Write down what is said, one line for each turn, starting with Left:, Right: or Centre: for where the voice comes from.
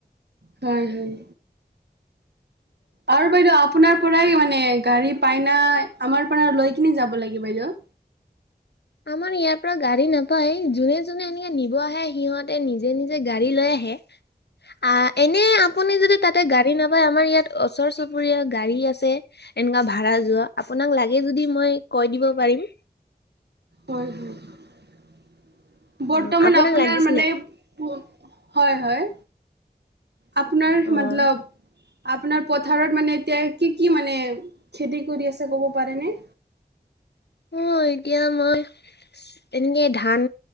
Right: হয়, হয়। আৰু বাইদেউ আপোনাৰ পৰাই মানে গাড়ী পাইনাই, আমাৰ পৰা লৈ কিনে যাব লাগে বাইদেউ?
Left: আমাৰ ইয়াৰ পৰা গাড়ী নাপায়। যোনে যোনে এনেকে নিব আহে সিহঁতে নিজে নিজে গাড়ী লৈ আ হে, আ, এনে আপুনি যদি তাতে গাড়ী নাপ <unintelligible> আমাৰ ইয়াত অচৰ চুবুৰীয়া গাড়ী আছে। এনেকা ভাড়া যোৱা আপোনাক লাগে যদি মই কৈ দিব পাৰিম।
Right: হয়, হয়। বৰ্তমান
Left: অ' আপোনাক
Right: আপোনাৰ
Left: লাগিছিলে
Right: মানে পো, হয়, হয়। আপোনাৰ
Left: অ'
Right: মাতলব আপোনাৰ পথাৰত মানে এতিয়া কি কি মানে খেতি কৰি আছে ক'ব পাৰেনে?
Left: অ' এতিয়া মই এনেকে ধান